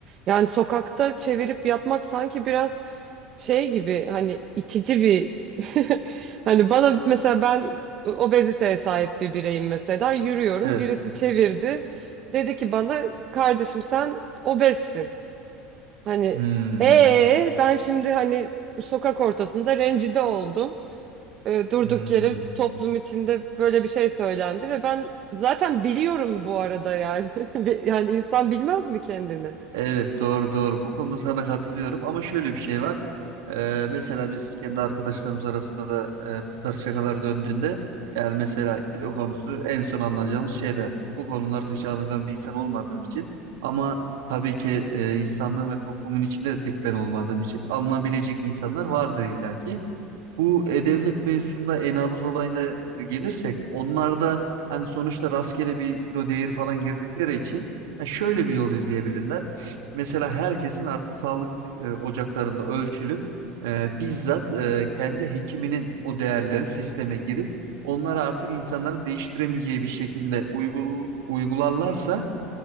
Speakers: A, on the right (about 50°); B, on the right (about 80°).
A: Yani sokakta çevirip yapmak sanki biraz şey gibi hani itici bir <laughs> hani bana mesela ben obeziteye sahip bir bireyim mesela yürüyorum
B: Evet.
A: birisi çevirdi dedi ki bana kardeşim sen obezsin hani
B: Hmm.
A: ee ben şimdi hani sokak ortasında rencide oldum Ee, durduk
B: Hmm.
A: yere toplum içinde böyle bir şey söylendi ve ben zaten biliyorum bu arada yani <laughs> Ve- yani insan bilmez mi kendini?
B: Evet doğru doğru. Bu konuda sana katılıyorum ama şöyle bir şey var. Ee, mesela biz kendi arkadaşlarımız arasında da e, bu tarz şakalar döndüğünde yani mesela kilo konusu en son alınacağımız şeyler. Bu konularda hiç alıngan bir insan olmadığım için ama tabii ki e, insanlığın ve toplumun içinde de tek ben olmadığım için alınabilecek insanlar vardır illaki. Bu e-devlet mevzusunda e-nabız olayına gelirsek onlar da hani sonuçta rastgele bir kilo değeri falan girdikleri için ha, şöyle bir yol izleyebilirler. Mesela herkesin artık sağlık e, ocaklarında ölçülüp e, bizzat e, kendi hekiminin o değerleri sisteme girip onları artık insanların değiştiremeyeceği bir şekilde uygul- uygularlarsa